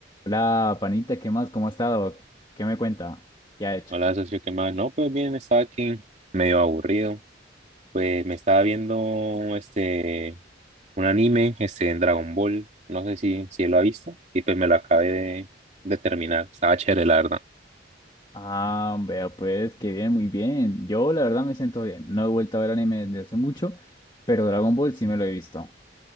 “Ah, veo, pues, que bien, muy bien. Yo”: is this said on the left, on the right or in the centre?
Left